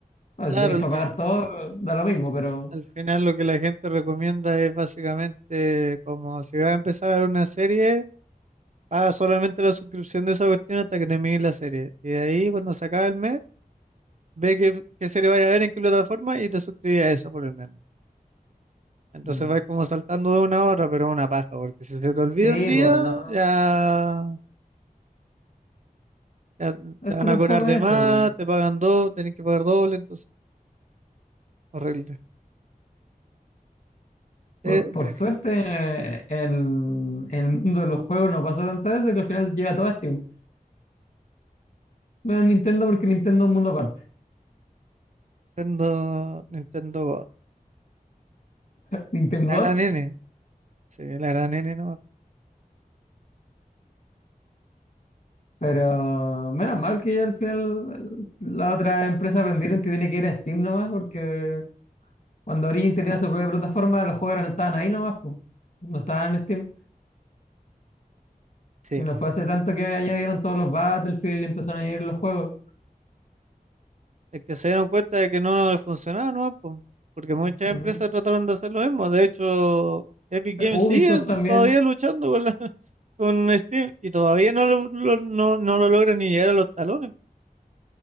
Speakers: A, on the left; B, on the right.
A: Bueno,
B: claro,
A: si tenéis
B: al,
A: para
B: fi-
A: pagar todo, da lo mismo, pero...
B: al final lo que la gente recomienda es básicamente como si vas a empezar a ver una serie, paga solamente la suscripción de esa cuestión hasta que termine la serie. Y de ahí, cuando se acabe el mes, ve qué, qué serie vaya a ver, en qué plataforma y te suscribes a esa por el mes. Entonces
A: mm.
B: vais como saltando de una hora, pero es una paja, porque si se te olvida
A: Sí,
B: un día,
A: pues no.
B: ya, ya te
A: Es
B: van
A: súper
B: a cobrar
A: fome
B: de
A: eso.
B: más,
A: po.
B: te pagan dos, tenés que pagar doble, entonces, horrible.
A: Por,
B: Eh,
A: por
B: re-
A: suerte, eh, el, el mundo de los juegos no pasa tantas veces que al final llega todo a Steam. Menos Nintendo, porque Nintendo es un mundo aparte.
B: Nintendo, Nintendo God.
A: Nintendo
B: La gran N, sí, la gran N nomás.
A: pero menos mal que al final las otras empresas aprendieron que tiene que ir a Steam nomás, porque cuando Origin tenía su propia plataforma, los juegos eran- estaban ahí nomás, pues. No estaban en Steam.
B: Sí,
A: Y no fue hace tanto que añadieron todos los Battlefield y empezaron a añadir los juegos.
B: es que se dieron cuenta de que no les funcionaba nomás, po, porque muchas
A: Ujú.
B: empresas trataron de hacer lo mismo. De hecho, Epic
A: Eh,
B: Games
A: Ubisoft
B: sigue
A: también.
B: todavía luchando con, la- <laughs> con Steam y todavía no lo, lo- no, no lo logran ni llegar a los talones.